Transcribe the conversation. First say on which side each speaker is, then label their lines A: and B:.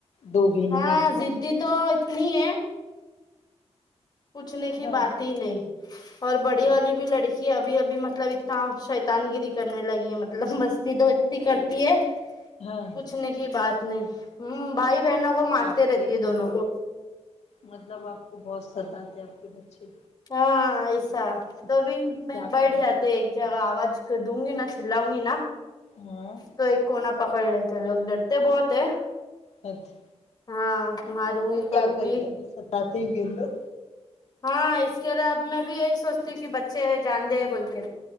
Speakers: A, on the left; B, on the left.
A: دو بہن
B: ہاں
A: میں ایک بھائی
B: ضدی
A: ہے۔
B: تو اتنی ہے پوچھنے کی
A: ہاں
B: بات ہی نہیں اور بڑی
A: ہاں
B: والی بھی لڑکی کہ ابھی ابھی مطلب اتنا شیطان گیری کرنے لگی ہے مطلب مستی تو اتنی کرتی ہے <inaudible>
A: ہاں
B: پوچھنے کی بات نہیں ہ بھائی بہنوں کو مارتے
A: باپ
B: رہتی
A: رے
B: ہے دونوں کو
A: مطلب آپ کو بہت ستاتتے آپ کے بچے
B: ہاں ایسا تو بھی میں
A: کیا
B: بیٹھ
A: کرے
B: جاتے
A: گا۔
B: ہیں ایک جگہ آواز دوں گی نا چلاؤں گی نا
A: ہاں
B: تو ایک کونا پکڑ لیتے لوگ ڈرتے بہت ہیں
A: اچھا
B: ہاں ماروں گی
A: یہ
B: کروں
A: کیا کرے
B: گی
A: گا ابھی ستاتے ہے یہ لوگ
B: ہاں اس کے علاوہ اب میں بھی یہی سوچتی کہ بچے ہے جان دے بول کے